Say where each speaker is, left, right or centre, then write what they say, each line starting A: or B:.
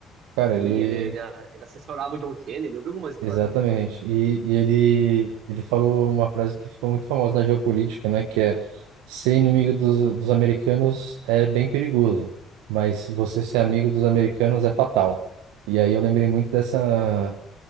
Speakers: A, on the right; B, on the right.
A: cara,
B: sim,
A: ele...
B: ele, ele, ele assessorava o John Kennedy. Eu vi algumas histórias
A: Exatamente.
B: dele.
A: E, e ele, ele falou uma frase que ficou muito famosa na geopolítica, né? Que é, ser inimigo dos, dos americanos é bem perigoso, mas você ser amigo dos americanos é fatal. E aí eu lembrei muito dessa